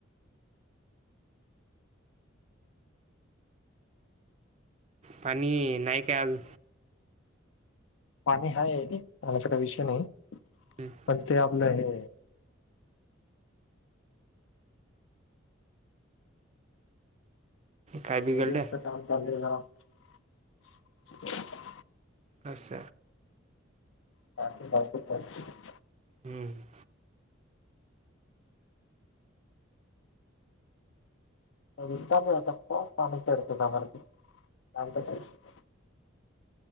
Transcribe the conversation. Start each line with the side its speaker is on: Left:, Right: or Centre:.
Right: पाणी नाही काय
Left: पाणी हाय पाण्याचा काही विषय नाही
Right: हम्म.
Left: पण ते आपलं हे
Right: काय बिघडलं
Left: <unintelligible>
Right: अस.
Left: <unintelligible>
Right: हम्म.
Left: <unintelligible>